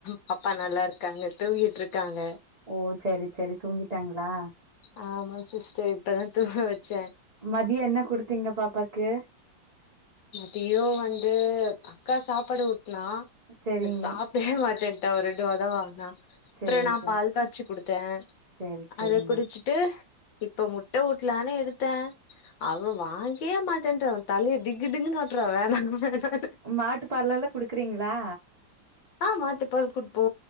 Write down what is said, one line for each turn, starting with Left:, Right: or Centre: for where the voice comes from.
Left: பாப்பா நல்லா இருக்காங்க தூங்கிட்ருக்காங்க
Right: ஓ செரி செரி தூங்கிட்டாங்களா
Left: ஆமா சிஸ்டர் இப்பதா துங்க வெச்சே
Right: மதிய என்ன குடுத்தீங்க பாப்பாக்கு
Left: மதியோ வந்து அக்கா சாப்பாடு ஊட்னா
Right: செரிங்க
Left: அத் சாப் ட மாட்டேன்ட்டா ஒரு ரெண்டு வாதா வாங்குனா அப்புற
Right: செரி
Left: நா
Right: செரி
Left: பால் காச்சி குடுத்தே
Right: செரி செரிங்க
Left: அத குடிச்சுட் டு இப்ப முட்ட ஊட்லானு எடுத்தே அவ வாங்கே மாட்டேன்றா தலைய டிங்கு டிங்குன் ஆட்றா வேணா வேணானு
Right: மாட்டுப்பாலெல்லா குடுக்குறீங்களா
Left: ஆ மாட்டுப்பால் குடுப்போ